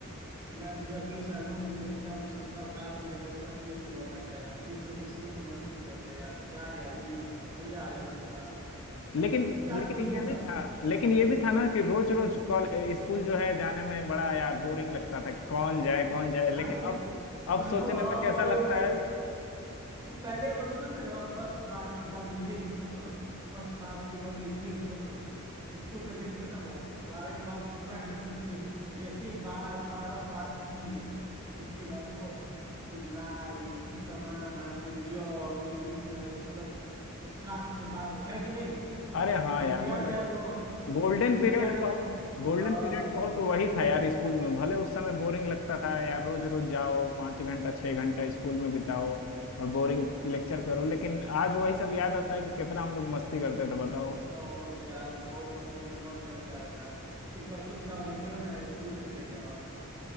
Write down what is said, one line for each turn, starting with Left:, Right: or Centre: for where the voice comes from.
Right: मैं तो जब भी उस एल्बम को देखता हूँ तो सोचता हूँ काश मेरे बचपन फिर से लौट आता यार फिर से स्कूल में मस्ती करते यार क्या यार दिन था मजा आ जाता था साला
Left: लेकिन
Right: क्या
Left: लेकिन
Right: दिन
Left: ये भी
Right: था
Left: था लेकिन ये भी था ना कि रोज रोज कॉल स्कूल जो है जाने में बड़ा यार बोरिंग लगता था कौन जाए कौन जाए लेकिन
Right: भाई
Left: अब अब
Right: हाँ
Left: सोचने में कैसा
Right: भाई
Left: लगता
Right: भाई
Left: है
Right: पहले हम लोग सोचते थे ना बस बारह के बाद ये जेल खत्म बस बारह के बाद ये जेल खत्म स्कूल का जेल खत्म अब बारह के बाद दिमाग टेंशन फिर जैसे ही बारह बारह पास किए उसके बाद कॉलेज फिर लाइफ फिर कमाना फिर जॉब फिर बिजनेस मतलब पचास ठे बात है, है कि नहीं
Left: अरे हाँ
Right: तुझको
Left: यार
Right: याद
Left: मतलब
Right: है हम लोग <laughs>
Left: गोल्डन
Right: तुझको
Left: पीरियड
Right: याद है
Left: कहो
Right: हम लोग
Left: गोल्डन
Right: हाँ
Left: पीरियड कहो तो वही था यार स्कूल में भले उस समय बोरिंग लगता था यार रोज रोज जाओ पाँच घंटा छह घंटा स्कूल में बिताओ और बोरिंग लेक्चर करो लेकिन आज वही सब याद आता है कि कितना हम लोग मस्ती करते थे बताओ
Right: बहुत यार बहुत मतलब मेरा मन करता है यार एक बार सोच रहा हूँ भाई चलो ना स्कूल चलते हैं एक बार और